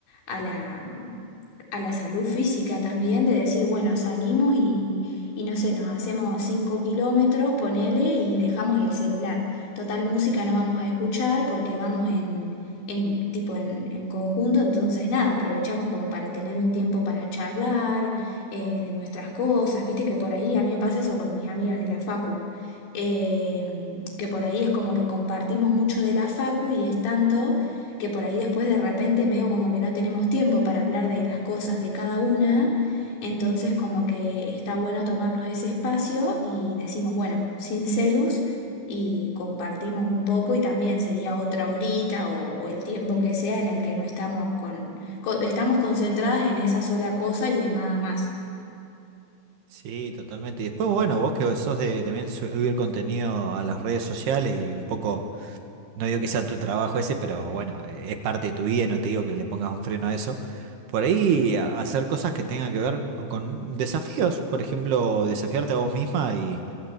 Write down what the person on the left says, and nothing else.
a la, a la salud física también, de decir, bueno, salimos y y no sé, nos hacemos 5 kilómetros, ponele, y dejamos el celular. Total música no vamos a escuchar porque vamos en, en tipo en, en conjunto, entonces nada, aprovechamos como para tener un tiempo para charlar eh, de nuestras cosas, viste que por ahí, a mí me pasa eso con mis amigas de la facu. eh, que por ahí es como que compartimos mucho de la facu y es tanto que por ahí después de repente veo como que no tenemos tiempo para hablar de las cosas de cada una entonces, como que está bueno tomarnos ese espacio y decimos, bueno, sin celus y compartimos un poco y también sería otra horita o, o el tiempo que sea en el que no estamos con, co- estamos concentradas en esa sola cosa y en nada más.